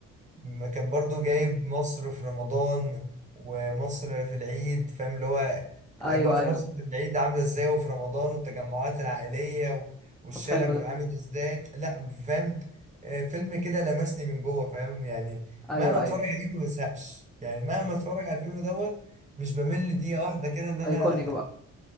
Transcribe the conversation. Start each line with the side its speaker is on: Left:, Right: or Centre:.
Right: م- كان برضو جايب مصر في رمضان ومصر في العيد فاهم اللي هو
Centre: ايوه
Right: الأجواء في
Centre: ايوه
Right: مصر في العيد عاملة ازاي وفي رمضان والتجمعات العائلية و- والشارع
Centre: طب حلو
Right: بيبقى
Centre: ده
Right: عامل ازاي لا فاهم آه، فيلم كده لمسني من جوه فاهم يعني
Centre: ايوه
Right: مهما اتفرج
Centre: ايوه
Right: عليه ما بزهقش يعني مهما اتفرج على الفيلم دوت مش بمل دقيقة واحدة كده ان انا
Centre: ايكونيك بقى